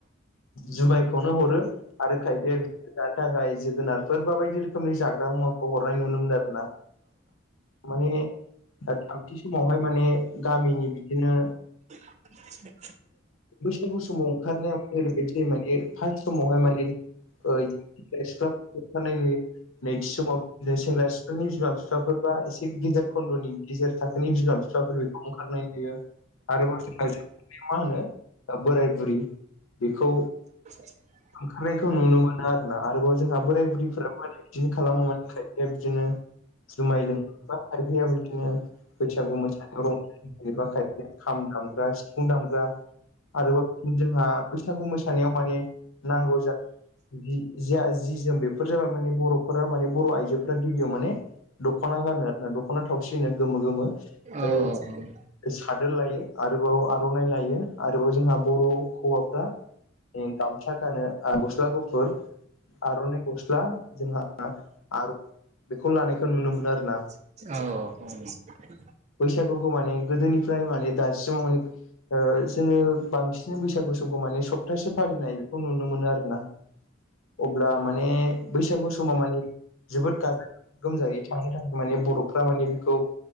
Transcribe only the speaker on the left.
जुबायखौनो हरो। आरो खायफाया बिदिर जानो थाखाय जोगोनारफोर बा बायदि रोखोमनि जाग्रा मुवाफोर खौ हरनाय नुनो मोन आरोना। माने थामथि समावहाय माने गामिनि बिदिनो
बैसागु समाव ओंखारनायाव ओरैबायदि माने फार्स्ट समावहाय माने <unintelligible> <unintelligible> नैथि समाव सेंग्रा सिख्लानि बिमा बिफाफोरबा एसे गेदेर खन्द'नि गेजेर थाखोनि बिमा बिफाफोर बेखौ ओंखारनाय नुयो। आरोबाव जोंहा जोबनायाव मा होनो बोराय बुरि बेखौ
ओंखारनायखौ नुनो मोनो आरोना। आरोबाव जोंहा बोराय बुरैफोरा म बिदिनो खालामो मान खायफाया बिदिनो जुमाय लों खायफाया बिदिनो बैसागु मोसाग रंबा खायफाया खाम दामग्रा, सिफुं दामग्रा आरोबाव जोंहा बैसागु मोसानायाव माने नांगौ जायो। जि जिया जि जोम बेफोर जाबाय माने बर'फोरा माने बर' आइजोफोरा गिबियाव माने दख'ना गानो आरा दख'ना थावसि होनो गोमो गोमो।
आरो
सादोर लायो आरोबाव आर'नाइ लायो आरोबाव जोंहा बर' हौवाफ्रा गामसा गानो गस्ला गुफुर आर'नाइ गस्ला जोंहा आर' बेखौ लानायखौ नुनो मोनो आरोना।
बैसागुखौ माने गोदोनिफ्राय माने दासिमाव माने ओ जोङो बांसिन बैसागु समखौ माने सप्तासे फालिनाय बेखौ नुनो मोनो आरोना। अब्ला माने बैसागु समा माने जोबोद गाजा गोमजायै थांनो थाखाय माने बर'फ्रा माने बेखौ